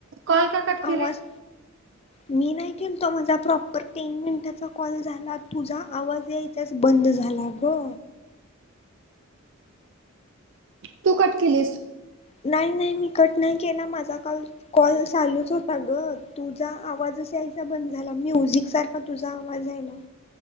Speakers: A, on the right; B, on the left.
A: Call का cut केलीस?
B: आवाज मी नाही केलतो माझा प्रॉपर तीन मिनिटाचा कॉल झाला तुझा आवाज याथच बंद झाला. लागो.
A: तू कट केलीस.
B: नाही नाही मी कट नाही केला माझा काल कॉल चालूच होता ग तुझा आवाज बंद झाला म्युझिक सारखा तुझा आवाज यायला.